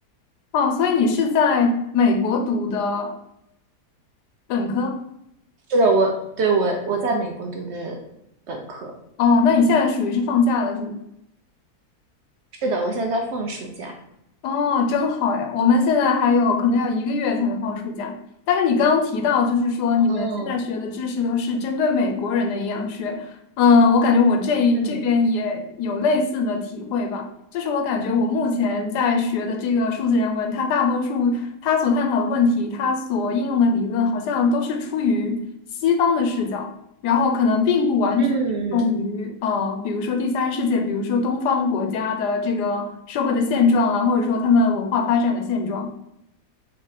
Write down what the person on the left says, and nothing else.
哦，所以你是在美国读的本科？
哦，那你现在属于是放假了，是吗？
哦，真好呀！我们现在还有可能要一个月才能放暑假。但是你刚刚提到，就是说你们现在学的知识都是针对美国人的营养学，
嗯，我感觉我这这边也有类似的体会吧。
就是我感觉我目前在学的这个数字人文，它大多数它所探讨的问题，它所应用的理论，好像都是出于西方的视角。然后可能并不完全用于呃，
比如说第三世界，比如说东方国家的这个社会的现状啊，或者说他们文化发展的现状。